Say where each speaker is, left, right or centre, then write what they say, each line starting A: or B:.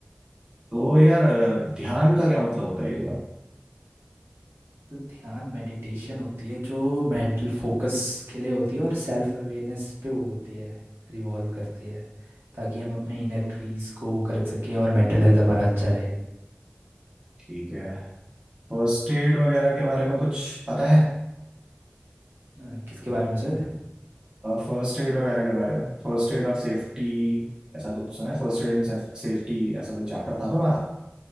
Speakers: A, on the right (about 20°); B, on the right (about 70°).
A: तो यार अ, ध्यान का क्या मतलब होता है ये बात
B: तो ध्यान मेडिटेशन होती है जो मेंटल फोकस के लिए होती है और सेल्फ अवेयरनेस पे वो होती है रिवॉल्व करती है ताकि हम अपने इनर पीस को वो कर सकें और मेंटल हेल्थ हमारा अच्छा रहे
A: ठीक है फर्स्ट एड वगैरह के बारे में कुछ पता है
B: अ, किसके बारे में सर
A: फर्स्ट एड वगैरह के बारे में फर्स्ट एड और सेफ्टी ऐसा कुछ सुना है फर्स्ट एड एंड सेफ्टी ऐसा कोई चैप्टर था तुम्हारा